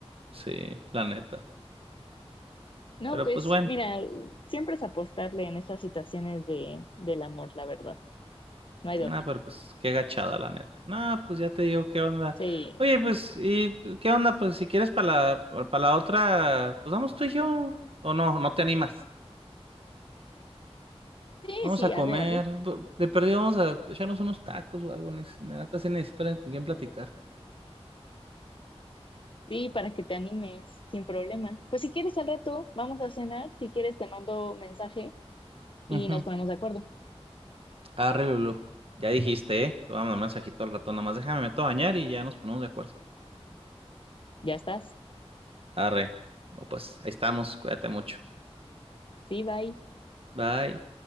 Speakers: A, on the right; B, on the left.
A: Sí, la neta.
B: No,
A: Pero
B: pues
A: pues bueno,
B: mira, siempre es apostarle en estas situaciones de, del amor, la verdad. No hay de
A: ah,
B: otra.
A: pero pues qué gachada, la neta. No, pues ya te digo qué onda.
B: Sí,
A: Oye,
B: no.
A: pues, ¿y pues, qué onda? Pues si quieres para la, para la otra, pues vamos tú y yo. O no, no te animas.
B: Sí,
A: Vamos
B: sí,
A: a comer.
B: arre, arre.
A: por- De perdido vamos a echarnos unos tacos o algo. neces- Neta, sí necesito alguien con quien platicar.
B: Sí, para que te animes, sin problema. Pues si quieres al rato, vamos a cenar. Si quieres, te mando mensaje y
A: Ujú.
B: nos ponemos de acuerdo.
A: Arre, Lulú. Ya dijiste, ¿eh? Te voy a mandar un mensajito al ratón. Nada más déjame, me meto a bañar y ya nos ponemos de acuerdo.
B: Ya estás.
A: Arre. O pues ahí estamos. Cuídate mucho.
B: Sí, bye.
A: Bye.